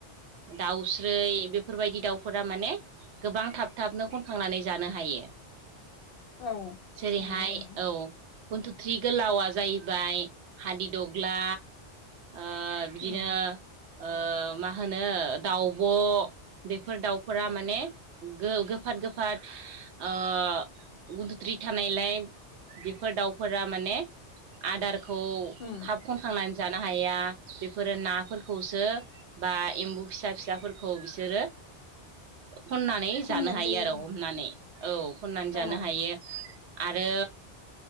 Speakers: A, on the right (about 70°); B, on the left (about 60°).
A: दाउस्रै बे फोरबायदि दाउफोरा माने गोबां थाब थाबनो खनखांनानै जानो हायो।
B: औ
A: जेरैहाय
B: नंगौ नोंथां
A: औ। गुन्थुथ्रि गोलावा जाहैबाय हादिदग्ला ओ बिदिनो
B: उम
A: ओ मा होनो दाउब' बेफोर दाउफोरा माने गो-गोफाद गोफाद ओ गुन्थुथ्रि थानायलाय बेफोर दाउफोरा माने आदारखौ
B: उम
A: थाब खनखांनानै जानो हाया। बेफोरो नाफोरखौसो बा एम्बु फिसा फिसाफोरखौ बिसोरो खननानै
B: खननानै
A: जानो हायो
B: जायो
A: आरो हमनानै औ खननानै जानो
B: आरो
A: हायो आरो